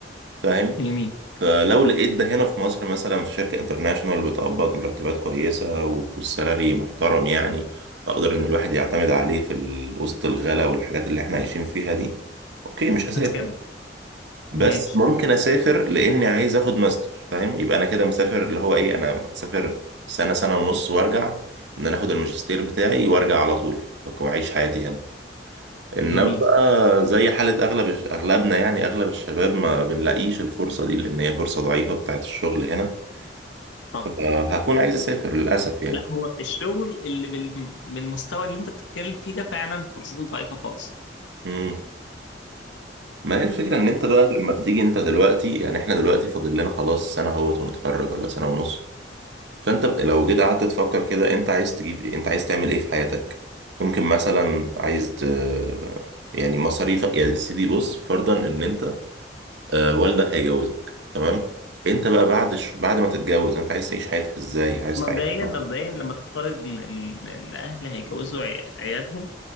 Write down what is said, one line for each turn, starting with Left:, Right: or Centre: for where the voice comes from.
Right: فاهم
Left: جميل
Right: فلو لقيت ده هنا في مصر مثلا في شركه انترناشونال بتقبض مرتبات كويسه و- والسالري محترم يعني اقدر ان الواحد يعتمد عليه في ال- وسط الغلا والحاجات اللي احنا عايشين فيها دي اوكي مش هسافر
Left: هتكمل
Right: بس
Left: ماشي
Right: ممكن اسافر لاني عايز اخد ماستر فاهم يبقى انا كده مسافر اللي هو ايه انا اسافر سنه سنه ونص وارجع ان انا اخد الماجستير بتاعي وارجع على طول واعيش حياتي هنا انما
Left: جميل
Right: بقى زي حاله اغلب اغلبنا يعني اغلب الشباب ما بنلاقيش الفرصه دي لان هي فرصه ضعيفه بتاعت الشغل هنا فهكون
Left: صح
Right: عايز اسافر للاسف يعني
Left: لا هو الشغل اللي بال... بالمستوى اللي أنت بتتكلم فيه ده فعلا فرصته ضعيفة خالص
Right: امم ما هي الفكره ان انت بقى لما بتيجي انت دلوقتي يعني احنا دلوقتي فاضل لنا خلاص سنه اهوت ونتخرج ولا سنه ونص فانت لو جيت قعدت تفكر كده انت عايز تجيب ايه انت عايز تعمل ايه في حياتك ممكن مثلا عايز ت... يعني مصاريفك يا سيدي بص فرضا ان انت آه والدك هيجوزك تمام انت بقى بعد ش... بعد ما تتجوز انت عايز تعيش حياتك ازاي عايز
Left: مبدئيا
Right: تعيش <laughs>
Left: مبدئيا لما تفترض ان ان ان اهل هيجوزوا عي- عيالهم